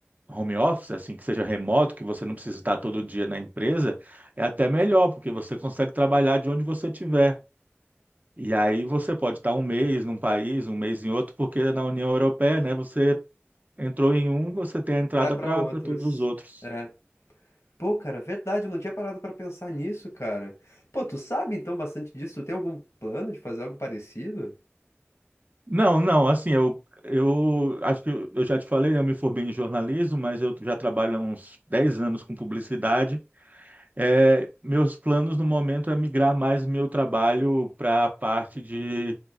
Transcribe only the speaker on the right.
home office, assim, que seja remoto, que você não precisa estar todo dia na empresa, é até melhor, porque você consegue trabalhar de onde você estiver. E aí você pode estar um mês num país, um mês em outro, porque na União Europeia, né, você entrou em um, você tem a entrada
para
para todos os outros.
Não, não, assim, eu, eu acho que eu já te falei, né, eu me formei em jornalismo, mas eu já trabalho há uns 10 anos com publicidade. É, meus planos no momento é migrar mais meu trabalho para a parte de,